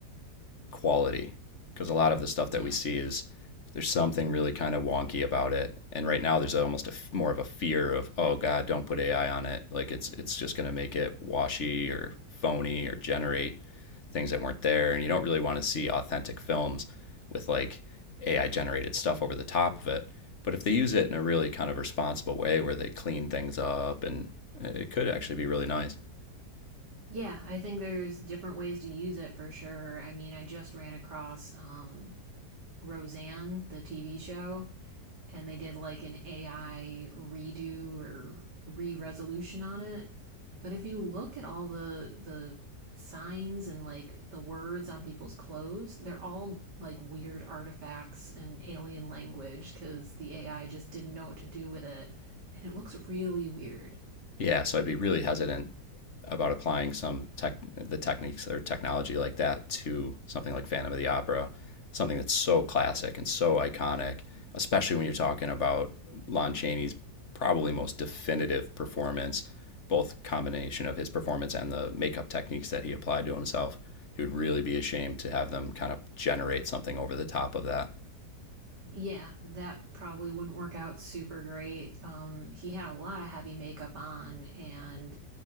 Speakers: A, on the left (about 45°); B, on the right (about 80°).
A: quality because a lot of the stuff
B: Yeah.
A: that we see is there's something really kind of wonky about it and right now there's almost a more of a fear of oh god don't put ai on it like it's it's just going to make it washy or phony or generate things that weren't there and you don't really want to see authentic films with like ai generated stuff over the top of it but if they use it in a really kind of responsible way where they clean things up and uh, it could actually be really nice
B: Yeah, I think there's different ways to use it for sure. I mean, I just ran across um, Roseanne, the TV show, and they did like an AI redo or re-resolution on it. But if you look at all the the signs and like the words on people's clothes, they're all like weird artifacts and alien language cuz the AI just didn't know what to do with it and it looks really weird.
A: yeah so i'd be really hesitant about applying some tech the techniques or technology like that to something like Phantom of the Opera, something that's so classic and so iconic, especially when you're talking about Lon Chaney's probably most definitive performance, both combination of his performance and the makeup techniques that he applied to himself. it would really be a shame to have them kind of generate something over the top of that.
B: Yeah, that probably wouldn't work out super great. Um he had a lot of heavy makeup on and